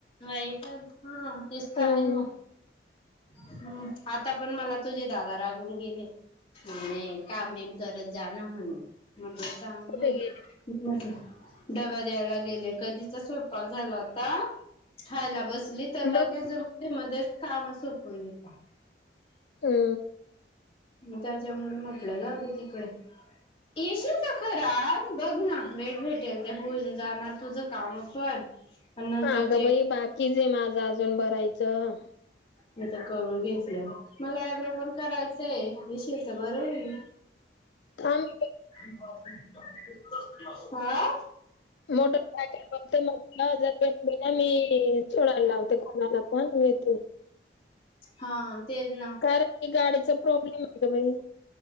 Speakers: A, on the left; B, on the left.
A: वाईट हा दिसत
B: हम्म
A: आहे मग ह् आता पण मला तुझे दादा रागून गेले, म्हणे काम बिम करत जा ना म्हणून. मला चांगले
B: कुठे गेले
A: <unintelligible> म्हटला. डबा द्यायला गेले कधीचा स्वयंपाक झाला होता. खायला बसली तर लगेच
B: बघ
A: म्हंटली मध्येच काम हाय. <unintelligible>
B: हम.
A: त्याच्यामुळे म्हटलं जाऊदे तिकडे येशील का खरा बघ ना वेळ भेटेल ते होईन जाणार तुझ काम पण. पण नंतर
B: हा ग
A: ते
B: बाई बाकी जे मा ज अजून भरायचं.
A: मी तर करून घेतलं. मला आएब्रो पण करायचंय येशील तर बर होईल.
B: आम्ही
A: <inaudible> हा.
B: मोटर सायकल बघते मग जर भेटले ना, मी सोडायला लावते कोणाला पण मग येते.
A: हा तेच ना
B: कारण की गाडीचा प्रॉब्लेम आहे ग बाई